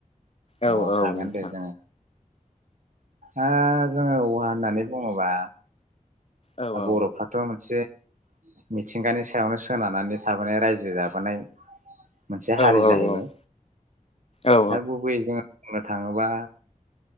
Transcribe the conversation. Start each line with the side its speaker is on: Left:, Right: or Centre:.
Left: औ
Right: अ
Left: औ
Right: हागोन
Left: नोंथां
Right: दे जोङो ओ जोङो औवा होननानै बुङोबा
Left: औ औ
Right: बरफ्राथ' मोनसे मिथिंगानि सायावनो सोनारनानै थाबोनाय रायजो जाबोनाय मोनसे
Left: औ
Right: हारि जाहैबाय
Left: औ औ ओ
Right: दा गुबैयै जों बुंनो थाङोबा